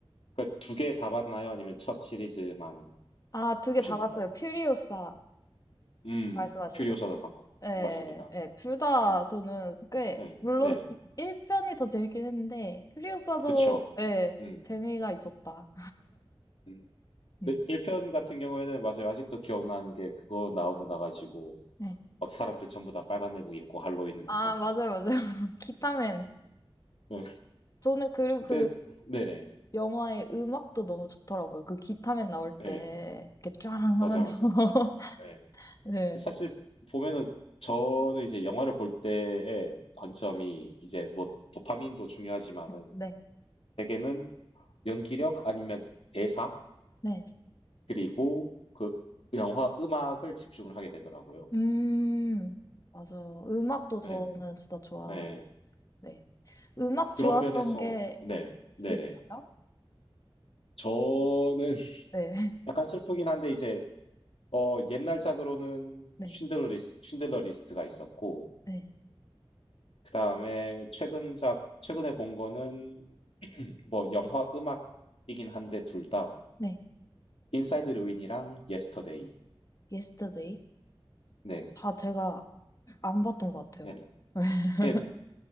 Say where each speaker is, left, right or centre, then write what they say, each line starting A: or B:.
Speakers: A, on the left; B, on the left.
A: 그 두 개 다 봤나요? 아니면 첫 시리즈만
B: 아, 두 개
A: 보신
B: 다
A: 건가요?
B: 봤어요. 퓨리오사
A: 음,
B: 말씀하시는
A: 퓨리오사도
B: 거죠?
A: 봤고.
B: 네,
A: 맞습니다.
B: 네, 둘 다
A: 음,
B: 저는 꽤,
A: 네,
B: 물론
A: 네.
B: 1편이 더 재밌긴 했는데, 퓨리오사도,
A: 그쵸.
B: 네,
A: 음.
B: 재미가 있었다.
A: 음,
B: 음,
A: 근데 1편 같은 경우에는 맞아요. 아직도 기억나는 게 그거 나오고 나가지고
B: 네.
A: 막 사람들 전부 다 빨간 내복 입고 할로윈은 나타나고.
B: 아, 맞아요, 맞아요. <laughs> 기타맨.
A: 네.
B: 저는 그리고
A: 근데
B: 그
A: 네네.
B: 영화의 음악도 너무 좋더라고요. 그 기타맨 나올 때,
A: 네.
B: 이렇게 쫙 하면서.
A: 맞아 맞아.
B: <laughs>
A: 네.
B: 네,
A: 사실 보면은 저는 이제 영화를 볼 때의 관점이 이제 뭐 도파민도 중요하지만은
B: 네,
A: 대개는 연기력 아니면 대사
B: 네.
A: 그리고 그 영화 음악을 집중을 하게 되더라고요.
B: 음, 맞아요. 음악도 저는
A: 네
B: 진짜 좋아.
A: 네
B: 네. 음악
A: 그런
B: 좋았던
A: 면에서
B: 게
A: 네, 네네.
B: 있으신가요?
A: 저는 <laughs>
B: 네. <laughs>
A: 약간 슬프긴 한데 이제 어 옛날작으로는
B: 네.
A: 쉰들러 리스, 쉰들러 리스트가 있었고
B: 네.
A: 그 다음에 최근작 최근에 본 거는 <clears throat> 뭐 영화 음악이긴 한데 둘 다
B: 네.
A: 인사이드 루인이랑 예스터데이.
B: Yesterday.
A: 네,
B: 다 제가 안 봤던 것 같아요.
A: 네네.
B: <laughs>
A: 그